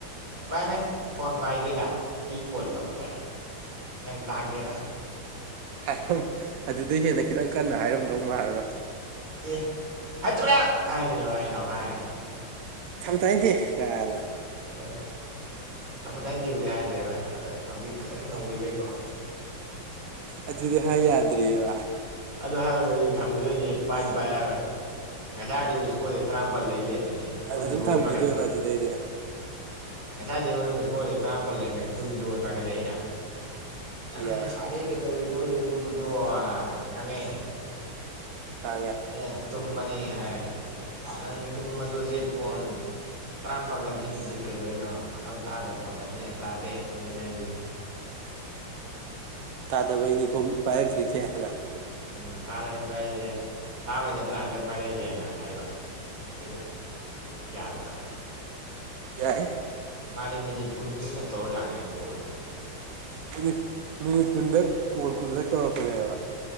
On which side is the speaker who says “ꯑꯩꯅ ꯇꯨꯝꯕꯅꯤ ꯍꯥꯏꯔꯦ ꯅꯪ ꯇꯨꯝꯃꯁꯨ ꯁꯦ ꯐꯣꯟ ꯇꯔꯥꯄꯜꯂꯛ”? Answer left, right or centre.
Right